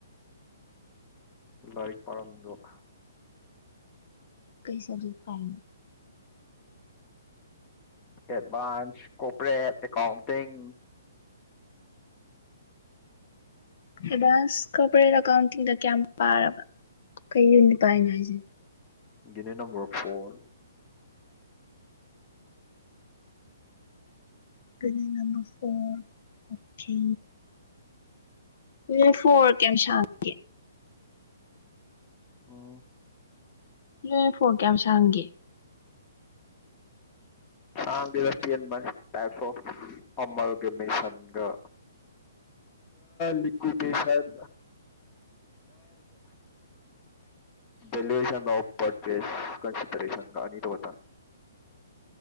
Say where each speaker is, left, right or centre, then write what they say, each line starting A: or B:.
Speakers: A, on the left; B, on the left.
A: ꯂꯥꯏꯔꯤꯛ ꯄꯥꯥꯔꯝꯃꯤꯕ
B: ꯀꯩ ꯁꯕꯖꯦꯛ ꯄꯥꯏꯅꯣ
A: advance corporate accounting
B: advance corporate ꯑꯦꯀꯥꯎꯟꯇꯤꯡꯗ ꯀꯌꯥꯝ ꯄꯥꯔꯕ ꯀꯩ ꯌꯨꯅꯤꯠ ꯄꯥꯏꯅꯣ ꯍꯥꯏꯁꯦ
A: unit number four
B: unit number four okay unit four ꯀꯌꯥꯝꯁꯥꯡꯒꯦ
A: ꯑꯣ
B: ꯌꯨꯅꯤꯠ ꯐꯣꯔ ꯀꯌꯥꯝ ꯁꯥꯡꯒꯦ
A: ꯁꯥꯡꯗꯦꯗ ꯇꯦꯟꯕꯅꯤꯥ ꯇꯥꯏꯞꯁ ꯑꯣꯐ ꯑꯃꯜꯒꯃꯦꯁꯜꯒ ꯂꯤꯀꯌ꯭ꯨ ꯗꯦꯁꯜ ꯚꯦꯔꯦꯁꯜ ꯑꯣꯐ ꯄꯔꯁꯦꯁ ꯀꯟꯁꯤꯗꯔꯦꯁꯜꯒ ꯑꯅꯤꯗꯣ ꯈꯛꯇꯅꯤ